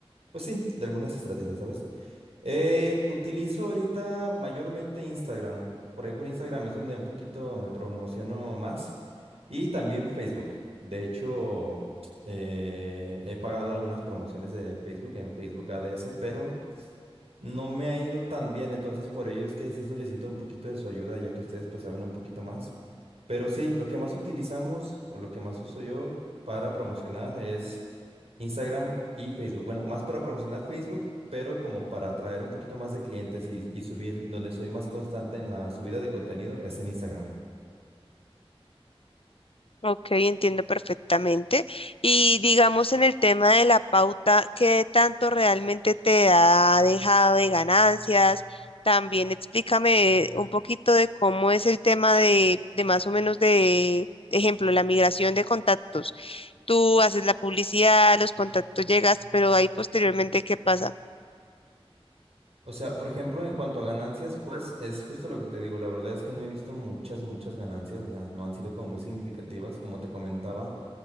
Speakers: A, on the right (about 80°); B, on the left (about 65°).
A: pues sí, de algunas estrategias, ¿sabes? Eh, utilizo ahorita mayormente Instagram. Por ahí por Instagram es donde un poquito me promociono más. Y también Facebook. De hecho, eh, he pagado algunas promociones de Facebook en Facebook ADS, pero no me ha ido tan bien, entonces por ello es que sí solicito un poquito de su ayuda, ya que ustedes pues saben un poquito más. Pero sí, lo que más utilizamos o lo que más uso yo para promocionar es Instagram y Facebook. Bueno, más para promocionar Facebook, pero como para atraer un poquito más de clientes y, y subir, donde soy más constante en la subida de contenido es en Instagram.
B: Ok, entiendo perfectamente. Y digamos en el tema de la pauta, ¿qué tanto realmente te ha dejado de ganancias? También explícame un poquito de cómo es el tema de, de más o menos de, ejemplo, la migración de contactos. Tú haces la publicidad, los contactos llegas, pero ahí posteriormente, ¿qué pasa?
A: O sea, por ejemplo, en cuanto a ganancias, pues es justo lo que te digo. La verdad es que no he visto muchas, muchas ganancias. O sea, no han sido como muy significativas. Como te comentaba,